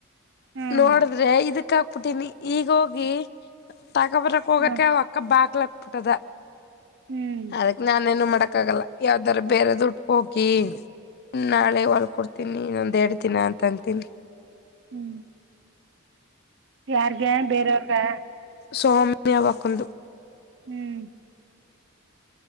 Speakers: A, on the right (about 60°); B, on the left (about 50°).
A: ಹ್ಮ್
B: ನೋಡಿದ್ರೆ ಇದಕ್ಕ ಹಾಕ್ಬಿಟ್ಟೀಿನಿ ಈಗ ಹೋಗಿ ತಕಬರಕ್ ಹೋಗಕ್ಕೆ
A: ಹ್ಮ್
B: ಅಕ್ಕ ಬಾಕ್ಲಾಕ್ಬಿಟ್ಟದ
A: ಹ್ಮ್
B: ಅದಕ್ ನಾನೇನು ಮಾಡಕ್ ಆಗಲ್ಲ ಯಾವ್ದಾರ ಬೇರೆ ದುಡ್ಕ ಹಕಿ ನಾಳೆ ಹೊಲ್ಕ ಕೊಡ್ತೀನಿ ಇನ್ನೊಂದ್ ಎರಡು ದಿನ ಅಂತ ಅಂತೀನಿ
A: ಹ್ಮ ಯಾರ್ಗೆ ಬೇರೆಯವ್ರಿಗೆ
B: ಸೌಮ್ಯಅವಕಂದು
A: ಹ್ಮ್